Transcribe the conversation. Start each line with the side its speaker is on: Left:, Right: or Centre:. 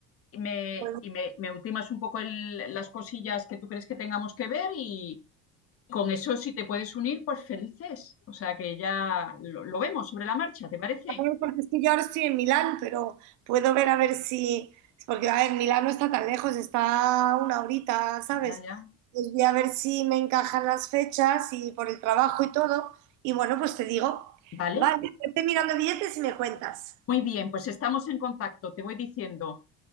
Left: y me,
Right: Bueno,
Left: y me, me ultimas un poco el- las cosillas que tú crees que tengamos que ver y con eso si te puedes unir, pues felices. O sea que ya lo, lo vemos sobre la marcha, ¿te parece?
Right: Ay, Porque es que yo ahora estoy en Milán, pero puedo ver a ver si. Porque, a ver, Milán no está tan lejos, está una horita, ¿sabes?
Left: Ya, ya.
Right: Pues voy a ver si me encajan las fechas y por el trabajo y todo. Y bueno, pues te digo.
Left: Vale.
Right: Vale, estoy mirando billetes y me cuentas.
Left: Muy bien, pues estamos en contacto. Te voy diciendo.